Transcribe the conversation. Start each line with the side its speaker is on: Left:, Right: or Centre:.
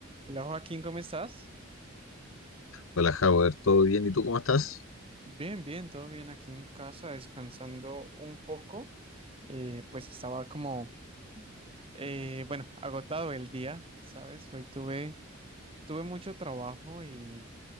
Right: Hola Joaquín, ¿cómo estás?
Left: Hola, Howard, ¿todo bien? ¿Y tú cómo estás?
Right: Bien, bien, todo bien aquí en casa, descansando un poco. Eh, pues estaba como, eh, bueno, agotado el día, ¿sabes? Hoy tuve, tuve mucho trabajo y,